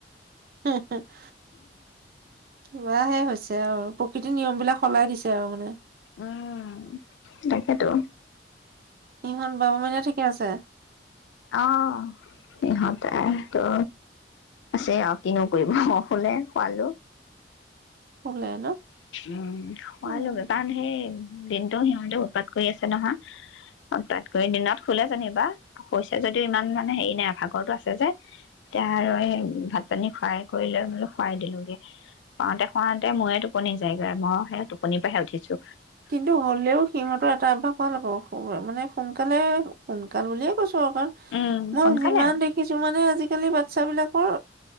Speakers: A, on the right (about 55°); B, on the left (about 85°).
A: <inaudible> <unintelligible> অ' প্ৰকৃতিৰ নিয়মবিলাক সলাই দিছে আৰু মানে
B: উম, তাকেতো
A: ইহঁত বাবু মাইনা ঠিকেই আছে।
B: অ' ইহঁতেটো আছে আও কিনো কৰিব শুলে শুৱালো
A: শুলে ন
B: উম শুৱালোগে
A: উম।
B: কাৰণ সেই দিনটো সিহঁতে উৎপাত কৰি আছে নহয় উৎপাত কৰি দিনত শুলে যেনিবা শুইছে যদিও ইমান মানে হেৰি নাই আৰু ভাগৰটো আছে যে এতিয়া আৰু সেই ভাত-পানী খুৱাই কৰি লৈ শুৱাই দিলোগে শুৱাওটে শুৱাওটে মোৰে টোপনি যাইগৈ মই সেই টোপনিপা হে উঠিছো
A: কিন্তু হলেও সিহঁতৰ এটা অভ্যাস, ভাল আকৌ মানে সোনকালে সোনকাল বুলিয়ে কৈছোঁ। <inaudible>
B: উম
A: মই
B: সোনকালে
A: যিমান
B: আৰু
A: দেখিছোঁ মানে আজিকালি আজিকালি বাচ্ছা বিলাকৰ